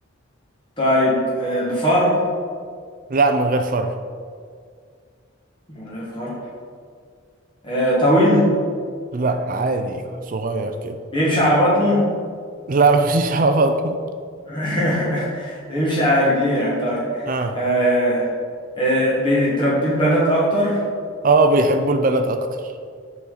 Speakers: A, on the left; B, on the right.
A: طيب آه، بفاره
B: لا من غير فرو
A: من غير فاره آه، طويل
B: لا عادي صغير كده
A: بيمشي على بطنه
B: لا <laughs> مفيش على بطنه
A: <laughs> بيمشي على رجليه يعني طيب
B: ها
A: آه، آه، بيتربيه البنات أكتر
B: اه بيحبوا البنات أكتر